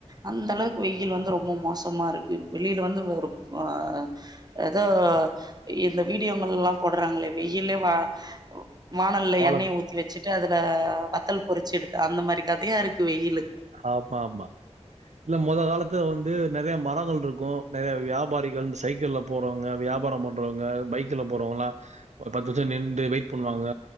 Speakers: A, on the right (about 35°); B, on the right (about 85°).
A: அந்தளவுக்கு வெயில் வந்து ரொம்ப மோசமா இருக்கு வெளியில வந்து ஒரு ஆ ஏதோ இந்த வீடியோங்கள்லா போடுறாங்களே வெயிலே வா வானல்ல
B: வாழ
A: எண்ணெய ஊத்தி வச்சுட்டு அதுல வத்தல் பொறிச்சி எடுத்து அந்த மாரி கதையா இருக்கு வெயிலு
B: ஆமா ஆமா இல்ல மொதோ காலத்துல வந்து நெறைய மரங்கள் இருக்கு நெறைய வியாபாரிகள் இந்த சைக்கிள்ல போறவங்க வியாபாரம் பண்றவங்க பைக்ல போறவங்கள்லா ஒரு பத்து நிமிஷ நிண்டு வெயிட் பண்ணுவாங்க